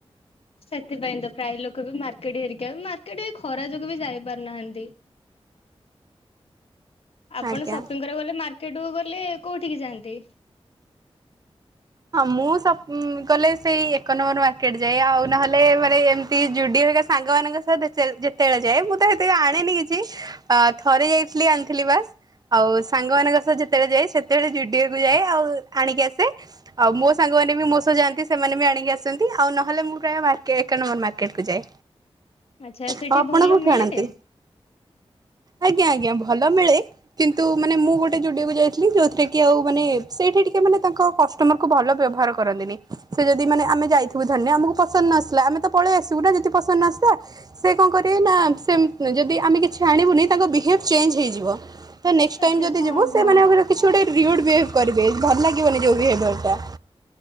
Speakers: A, on the left; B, on the right.
A: ସେଥିପାଇଁ ତ ପ୍ରାୟ ଲୋକ ବି ମାର୍କେଟ ହେରିକା ମାର୍କେଟ ଏଇ ଖରା ଯୋଗୁ ବି ଯାଇପାରୁନାହାନ୍ତି। ଆପଣ
B: ଆଜ୍ଞା
A: ସପିଙ୍ଗ କରିବାକୁ ଗଲେ ମାର୍କେଟ କୁ ଗଲେ କୋଉଠିକି ଯାଆନ୍ତି?
B: ହଁ ମୁଁ ସପିଂ କଲେ ସେଇ ଏକ ନମ୍ବର ମାର୍କେଟ ଯାଏ। ଆଉ ନହେଲେ ମାନେ ଏମତିକି ସାଙ୍ଗମାନଙ୍କ ସହ ଯେତେବେଳେ ଯେତେବେଳେ ଯାଏ ମୁଁ ତ ସେତେ ଆଣେନି କିଛି। ଅ ଥରେ ଯାଇଥିଲି ଆଣିଥିଲି ବାସ୍। ଆଉ ସାଙ୍ଗମାନଙ୍କ ସହ ଯେତେବେଳେ ଯାଏ ସେତେବେଳେ ଜୁଡିଓକୁ ଯାଏ ଆଉ ଆଣିକି ଆସେ। ଆଉ ମୋ ସାଙ୍ଗମାନେ ବି ମୋ ସହ ଯାଆନ୍ତି ସେମାନେ ବି ଆଣିକି ଆସନ୍ତି ଆଉ ନହେଲେ ମୁଁ ପ୍ରାୟ ମାର୍କେଟଏକ ନମ୍ବର ମାର୍କେଟ କୁ ଯାଏ।
A: ଆଚ୍ଛା ସେଠି
B: ଆଉ ଆପଣ
A: ଭଲ
B: କୋଉଠୁ
A: ମିଳେ?
B: ଆଣନ୍ତି? ଆଜ୍ଞା, ଆଜ୍ଞା, ଭଲ ମିଳେ! କିନ୍ତୁ ମାନେ ମୁଁ ଗୋଟେ ଯୁଡିଓକୁ ଯାଇଥିଲି ଯୋଉଥିରେ କି ଆଉ ମାନେ ସେଇଠି ଟିକେ ମାନେ ତାଙ୍କ କଷ୍ଟମର ତାଙ୍କୁ ଭଲ ବ୍ୟବହାର କରନ୍ତିନି। ସେ ଯଦି ମାନେ ଆମେ ଯାଇଥିବୁ ଧରିନିଅ ଆମକୁ ପସନ୍ଦ୍ ନ ଆସିଲା ଆମେ ତ ପଳେଇ ଆସିବୁ ନା ଯଦି ପସନ୍ଦ ନ ଆସିଲା। ସେ କଣ କରିବେ ନା ସେ ଯଦି ଆମେ କିଛି ଆଣିବୁନି ତାଙ୍କ ବିହେଭ୍ ଚେଞ୍ଜ ହେଇଯିବ। ତ ନେକ୍ସଟ ଟାଇମ୍
A: ଆଚ୍ଛା
B: ଯଦି
A: ହଁ
B: ଯିବୁ ସେମାନେ
A: ହଁ
B: କଣ କହିଲ କିଛି ଗୋଟେ ରିଉଡ଼୍ ବିହେଭ୍ କରିବେ ଭଲ ଲାଗିବନି ଯୋଉ ବିହେଭିୟରଟା।